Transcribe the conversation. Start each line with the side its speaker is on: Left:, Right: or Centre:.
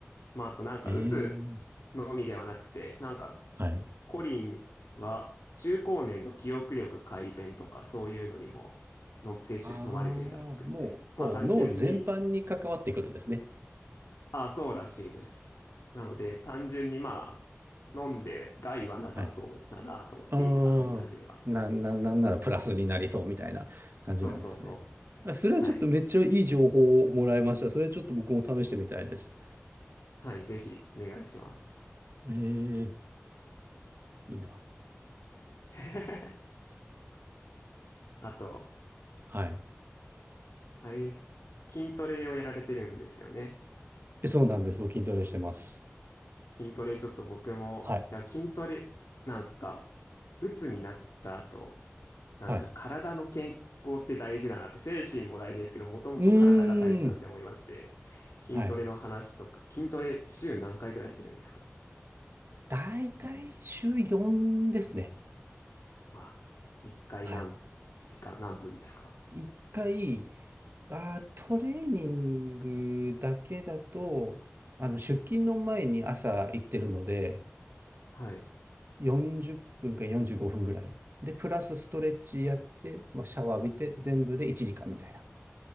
Left: まあ、あとなんか、
Right: ええ、
Left: うつのみではなくて、なんか、
Right: はい。
Left: コリンは中高年の記憶力改善とか、そういうのにもの、摂取、
Right: ああ、もう、
Left: 飲まれてるらしくて、
Right: こう、
Left: まあ、単純に、
Right: 脳全般に関わってくるんですね。
Left: ああ、そうらしいです。なので、単純にまあ、飲んで害はなさそうだなと思って今飲み始めました。
Right: はい。うーん。な、な、なんならプラスになりそうみたいな感じなんですね。
Left: そうそうそう。
Right: あ、それはちょっとめっちゃいい情報をもらいました。
Left: はい。
Right: それはちょっと僕も試してみたいです。
Left: はい、ぜひお願いします。
Right: ええ、いいな。
Left: <laughs> あと、
Right: はい。
Left: あれです。筋トレをやられてるんですよね。
Right: えそうなんです。僕筋トレしてます。
Left: 筋トレちょっと僕も、
Right: はい。
Left: いや、筋トレ、なんか、鬱になった後、なんか体の健康って大事だなって、
Right: はい。
Left: 精神も大事ですけど、もともと体が大事だなって思いまして、
Right: うーん。
Left: 筋トレの話とか、
Right: はい。
Left: 筋トレ週何回ぐらいしてるんですか
Right: だいたい週4ですね。
Left: は、1回何
Right: はい。
Left: 時間、何分ですか
Right: 一回、あー、トレーニングだけだと、あの、出勤の前に朝行ってるので、
Left: はい。
Right: 40分か45分ぐらい。で、プラスストレッチやって、まあ、シャワー浴びて、全部で1時間みたいな。